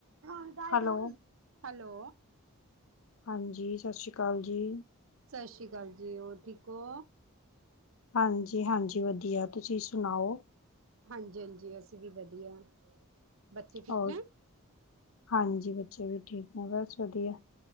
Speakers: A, on the right; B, on the left.
A: ਹਾਂ guide
B: hello
A: ਵਾਂਗ hello
B: ਹਾਂਜੀ ਸਤਿ ਸ਼੍ਰੀ ਅਕਾਲ ਜੀ।
A: ਸਤਿ ਸ਼੍ਰੀ ਅਕਾਲ ਜੀ ਹੋਰ ਠੀਕ ਹੋ
B: ਹਾਂਜੀ, ਹਾਂਜੀ ਵਧੀਆ ਤੁਸੀਂ ਸੁਣਾਓ
A: ਹਾਂਜੀ ਹਾਂਜੀ ਅਸੀਂ ਵੀ ਵਧੀਆ ਬੱਚੇ ਠੀਕ
B: ਹੋਰ
A: ਨੇ
B: ਹਾਂਜੀ, ਬੱਚੇ ਵੀ ਠੀਕ ਨੇ ਬਸ ਵਧੀਆ।